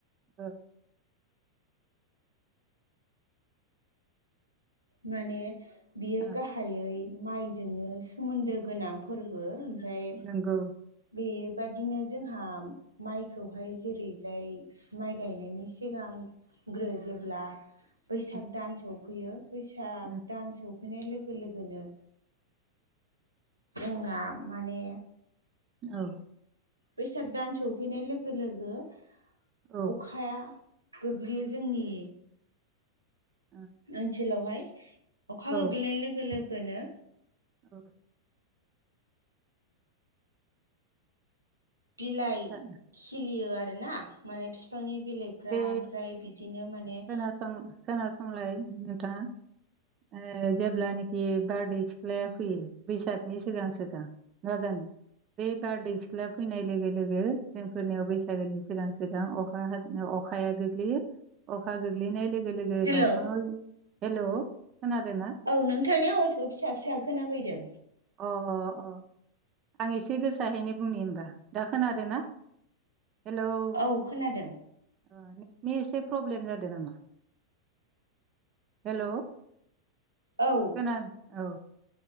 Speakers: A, on the right; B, on the right.
A: ओ
B: माने बियो
A: ओ
B: गाहायै माइजोंनो सोमोन्दो गोनां फोरबो ओमफ्राय
A: नंगौ
B: बेबादिनो जोंहा माइखौहाय जेरैजाय माइ गायनायनि सिगां ग्रो जेब्ला बैसाग
A: उम
B: दान सफैयो बैसाग
A: उम
B: दान सफैनाय लोगो लोगोनो जोंना माने
A: औ
B: बैसाग दान सौफैनाय लोगो लोगो अखा
A: औ
B: खाया गोग्लैयो जोंनि
A: <inaudible>
B: ओनसोलावहाय अखा
A: औ
B: गोग्लैनाय लोगो लोगोनो
A: औ
B: बिलाइ
A: था-
B: खिलियो आरोना माने फिफांनि बिलाइफ्रा
A: बे
B: ओमफ्राय बिदिनो माने
A: खोनासं खोनासंलाय नोंथाङा। ओ जेब्लानोखि बारदै सिख्लाया फैयो बैसागनि सिगां सिगां <unintelligible> बे बारदै सिख्लाया फैनाय लोगो लोगो जोंफोरनियाव बैसागोनि सिगां सिगां अखा हाग्रो अखाया गोग्लैयो अखा गोग्लैनाय लोगो लोगो
B: हेलौ
A: दंफाङाव हेल' खोनादोना?
B: औ नोंथांनि आवाजखौ फिसा फिसा खोना फैदों।
A: अ अ अ आं एसे गोसायाहैनि बुंनि होमबा दा खोनादों ना? हेलौ
B: औ खोनादों।
A: ओ नेटनि एसे प्रब्लेम जादों नामा? हेल'
B: औ
A: खोना औ।